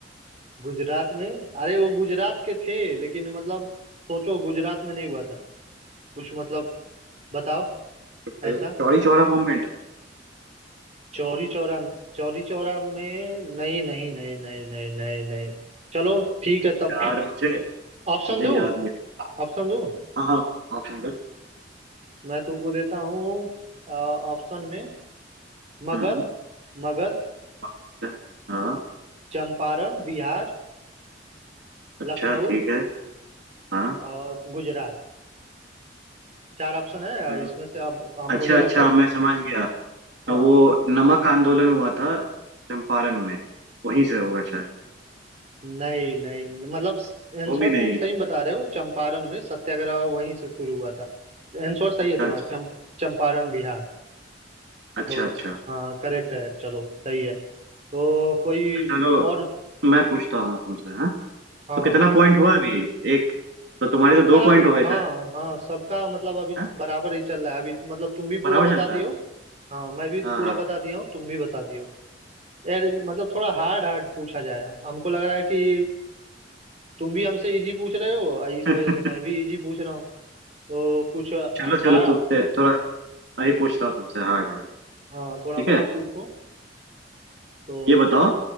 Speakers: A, on the right; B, on the right.
A: गुजरात में अरे वो गुजरात के थे लेकिन मतलब सोचो गुजरात में नहीं हुआ था कुछ मतलब बताओ
B: अ,
A: ऐसा
B: चौरी चौरा मूवमेंट
A: चौरी चौरा चौरी चौरा में नहीं नहीं नहीं नहीं नहीं नहीं नहीं चलो ठीक है तब
B: यार मुझे मुझे
A: ऑप्शन दो
B: याद नहीं आ
A: ऑप्शन दो
B: रहा। हाँ हाँ ऑप्शन दो
A: मैं तुमको देता हूँ ऑप्शन में मगध
B: हम्म
A: मगध
B: पाकिस्तान। हाँ
A: चंपारण बिहार
B: अच्छा
A: लखनऊ
B: ठीक है हाँ
A: और गुजरात चार ऑप्शन है
B: हम्म,
A: इसमें से अब हम
B: अच्छा
A: मुझे लगता
B: अच्छा
A: है
B: मैं समझ गया
A: हाँ
B: वो नमक आंदोलन हुआ था चंपारण में वहीं से होगा शायद
A: नहीं नहीं मतलब आंसर
B: वो भी नहीं
A: तुम सही बता रहे हो चंपारण में सत्याग्रह वहीं से शुरू हुआ था आंसर सही है तुम्हारा
B: अच्छा
A: चंप चंपारण बिहार
B: अच्छा
A: तो
B: अच्छा अच्छा।
A: हाँ करेक्ट है चलो सही है तो कोई
B: चलो
A: और
B: मैं पूछता हूँ तुमसे हाँ
A: हाँ
B: तो कितना पॉइंट हुआ अभी एक तो तुम्हारे
A: सबका
B: तो दो पॉइंट
A: अभी-
B: हो गए
A: हाँ
B: शायद
A: हाँ सबका मतलब अभी
B: हाँ?
A: बराबर ही चल रहा है अभी मतलब तुम भी पूरा
B: बराबर
A: बता
B: चल
A: दियो
B: रहा है
A: हाँ मैं भी
B: हाँ
A: पूरा
B: हाँ
A: बता दिया हूँ तुम भी बता दियो यार मतलब थोड़ा हार्ड हार्ड पूछा जाए हमको लग रहा है कि तुम भी हमसे इजी पूछ रहे हो और इस
B: <laughs>
A: वजह से मैं भी इजी पूछ रहा हूँ तो कुछ
B: चलो चलो
A: हाँ
B: तुमसे थोड़ा मैं भी पूछता हूँ तुमसे हाँ हाँ हाँ।
A: हाँ
B: ठीक
A: थोड़ा मतलब
B: है
A: पूछो तो
B: ये बताओ